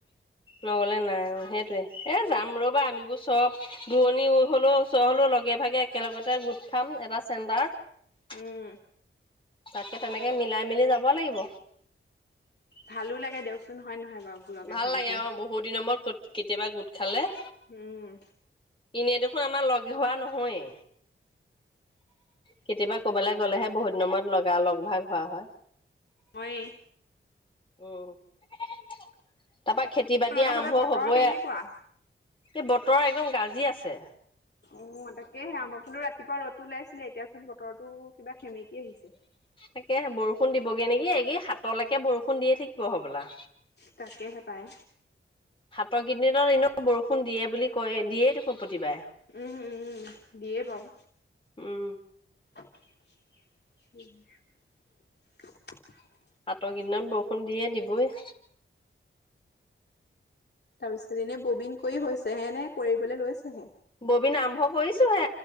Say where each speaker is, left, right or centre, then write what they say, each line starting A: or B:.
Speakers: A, on the left (about 25°); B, on the left (about 55°).
A: নগলে নাই অ সেই এ যাম ৰ'বা আমিবোৰ চব দূৰণি হ'লেও ওচৰ হ'লেও লগে ভাগে একেলগতে গোট খাম এটা চেণ্টাৰত
B: উম
A: তাকে তেনেকে মিলাই মিলি যাব লাগিব
B: ভালো লাগে দিয়কচোন হয় নহয় বাৰু লগে
A: ভাল
B: ভাগে
A: লাগে।
B: গৈ
A: অ'! বহু দিনৰ মূৰত কেতিয়াবা গোট খালে।
B: উম!
A: এনেই দেখোন আমাৰ লগ হোৱা নহয়েই। কেতিয়াবা কৰবালৈ গ'লেহে বহুত দিনৰ মূৰত লগ ভাগ হোৱা হয়।
B: মই
A: উম! তাৰ পৰা খেতি বাতি
B: আপোনালোকৰ
A: আৰম্ভ
B: ফালে বতৰ
A: হ'বই।
B: কেনেকুৱা
A: বতৰ একদম গাজি আছে।
B: উম, তাকেহে আমাৰ ফালো ৰাতিপুৱা ৰ'দো ওলাইছিলে। এতিয়াচোন বতৰটো কিবা সেমেকি আহিছে।
A: তাকেহে বৰষুণ দিবগে নেকি। এই কি সাতলৈকে বৰষুণ দিয়ে থাকিব হ'বলা!
B: তাকেহে পায়।
A: প্ৰকৃতি দিনত এনেও বৰষুণ দিয়ে বুলি কৈয়ে। দিয়েই দেখোন প্ৰতি বাৰেই।
B: উম, উম, দিয়ে বাওঁ।
A: উম
B: <unintelligible>
A: সাতৰ কেইদিনত বৰষুণ দিয়ে, দিবই।
B: তাৰপিছত এনে, ববিন কৰি হৈছে, এনে, কৰিবলৈ লৈছেহে?
A: ববিন আৰম্ভ কৰিছোঁ হে।